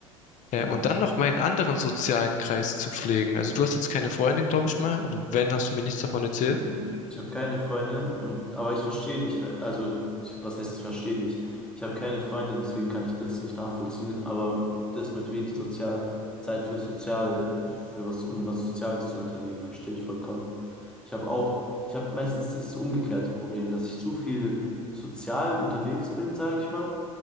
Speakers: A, on the left; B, in the centre.
A: Ja,
B: Ja.
A: und dann noch meinen anderen sozialen Kreis zu pflegen. Also du hast jetzt keine Freundin, glaube ich mal. Also wenn, hast du mir nichts davon erzählt.
B: Mhm. Ich habe keine Freundin und aber ich verstehe dich. halt- Also, ich, was heißt, ich verstehe dich? Ich habe keine Freundin, deswegen kann ich das nicht nachvollziehen, aber das mit wenig sozial Zeit für sozial für was um was Soziales zu unternehmen, verstehe ich vollkommen. Ich habe auch ich habe meistens das umgekehrte Problem, dass ich zu viel sozial unterwegs bin, sage ich mal,